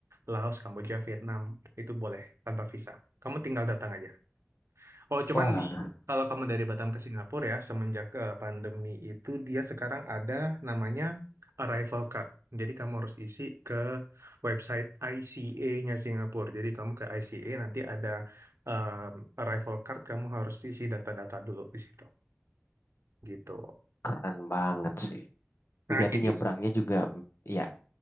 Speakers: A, on the right; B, on the left.
A: Laos, Kamboja, Vietnam. Itu boleh tanpa visa. Kamu tinggal datang aja. Oh, cuman
B: Wah,
A: di kalau kamu dari Batam ke Singapura ya, semenjak eh, pandemi itu dia sekarang ada namanya arrival card. Jadi kamu harus isi ke website ICA-nya Singapura. Jadi kamu ke ICA nanti ada em, arrival card, kamu harus isi data-data dulu di situ. Gitu.
B: keren banget sih.
A: Nah,
B: Jadi
A: jadi
B: nyebrangnya juga, ya.